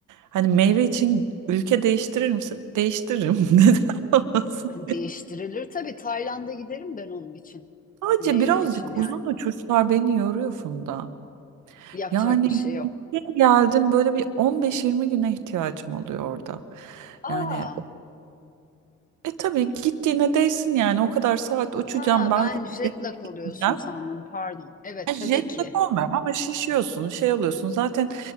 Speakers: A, on the right; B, on the left.
A: Hani meyve için ülke değiştirir misin? Değiştiririm. <laughs> Neden olmasın?
B: Değiştirilir. Tabii Tayland'a giderim ben onun için.
A: Sadece
B: Meyve
A: birazcık
B: için yani.
A: uzun uçuşlar beni yoruyor Funda.
B: Yapacak
A: Yani
B: bir şey yok.
A: bir geldim böyle bir on beş yirmi güne ihtiyacım oluyor orada. Yani
B: Aa,
A: e tabii gittiğine değsin yani o kadar saat uçacağım
B: ha
A: ben
B: ben
A: zaten.
B: jet lag
A: Gideceğim.
B: oluyorsun sandım. Pardon. Evet
A: Yani
B: tabii
A: Jet
B: ki.
A: lag olmuyorum ama şişiyorsun şey oluyorsun zaten